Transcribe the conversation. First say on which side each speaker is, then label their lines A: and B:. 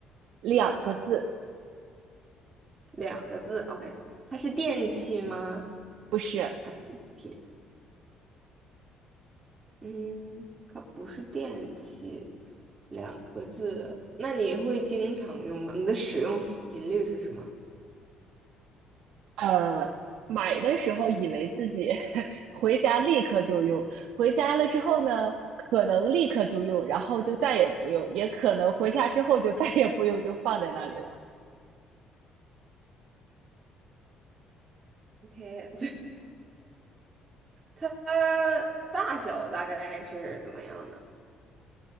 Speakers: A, on the right; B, on the right.
A: 两个字，
B: 两个字。OK，它是电器吗？
A: 不是。
B: 还是物品？嗯，它不是电器，两个字。那你会经常用吗？你的使用频率是什么
A: 呃，买的时候以为自己 <laughs> 回家立刻就用，回家了之后呢，可能立刻就用，然后就再也不用，也可能回家之后就再也不用，就放在那里了。
B: ？OK，<laughs> 它大小大概是怎么样呢？